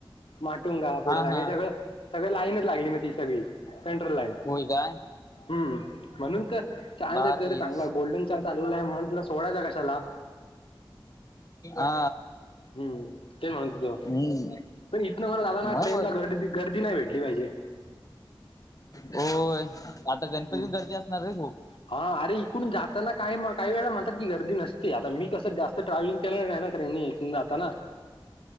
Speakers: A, on the left; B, on the left.
A: माटुंग गावा
B: हा
A: पुढं आणि
B: हा
A: सगळं सगळ लाईनच लागली मग ती सगळी सेंट्रल लाईन
B: होय काय
A: हम्म म्हणून त चान्स
B: भारीच
A: येतोय रे चांगला गोल्डन चान्स आलेला आहे म्हंटलं सोडायचा कशाला.
B: आ
A: हम्म तेच म्हणत होतो
B: हम्म.
A: पण इथनं मला जाताना
B: मग
A: ट्रेन
B: बरोबर
A: ला गर्दी- गर्दी नाही भेटली पाहिजे.
B: होय आता गणपती
A: हम्म.
B: गरदी असणार रे खूप.
A: हा अरे इकडून जाताना काय काही वेळाला म्हणतात की गर्दी नसते आता मी कसं जास्त ट्रॅव्हलिंग केलं नाही ना तरी मी इथून जातांना. <unintelligible>